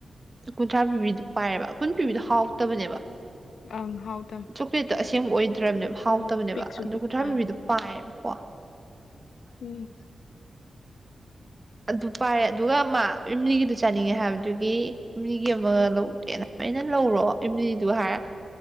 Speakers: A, on the right; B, on the left.
A: ꯀꯨꯟꯊ꯭ꯔꯥ ꯄꯤꯕꯤꯗꯨ ꯄꯥꯏꯌꯦꯕ ꯀꯨꯟ ꯄꯤꯕꯤꯗꯣ ꯍꯥꯎꯇꯕꯅꯦꯕ
B: ꯑꯪ ꯍꯥꯎ ꯇꯝ
A: ꯆꯣꯀ꯭ꯂꯦꯠꯇꯣ ꯑꯁꯦꯡꯕ ꯑꯣꯏꯗ꯭ꯔꯕꯅꯦꯕ ꯍꯥꯎꯇꯕꯅꯦꯕ
B: ꯎꯝ ꯄꯤꯛꯁꯨ
A: ꯑꯗꯣ
B: ꯄꯤꯛꯄ
A: ꯀꯨꯟꯊ꯭ꯔꯥ ꯄꯨꯕꯤꯗꯣ ꯄꯥꯏꯔꯦꯕꯀꯣ
B: ꯎꯝ
A: ꯑꯗꯨ ꯄꯥꯏꯔꯦ ꯑꯗꯨꯒ ꯃꯥ ꯏꯝꯂꯤꯒꯤꯗꯨ ꯆꯥꯅꯤꯡꯉꯦ ꯍꯥꯏꯕꯗꯨꯒꯤ ꯏꯝꯂꯤꯒꯤ ꯑꯃꯒ ꯂꯧꯒꯦꯅ ꯑꯩꯅ ꯂꯧꯔꯣ ꯏꯦꯝꯂꯤꯗꯨ ꯍꯥꯏꯔ